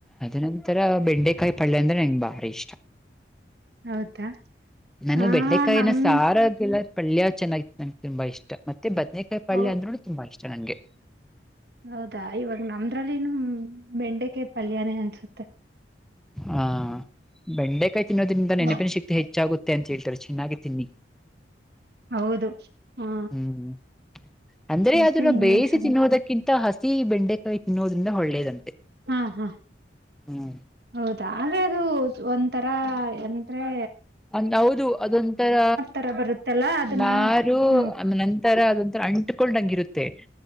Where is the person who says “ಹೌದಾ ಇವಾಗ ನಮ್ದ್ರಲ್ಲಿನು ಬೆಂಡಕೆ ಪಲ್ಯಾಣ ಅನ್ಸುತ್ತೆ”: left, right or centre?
Right